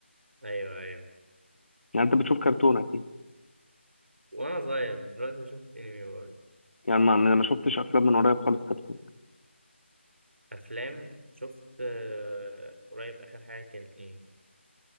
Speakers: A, on the right; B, on the left.
A: أيوه أيوه
B: يعني انت بتشوف كرتون اكيد
A: وأنا صغير دلوقتي بشوف أنمي برضه
B: يعني ما ما ما شفتش افلام من قريب خالص كرتون
A: افلام شفت آه، قريب اخر حاجه كان ايه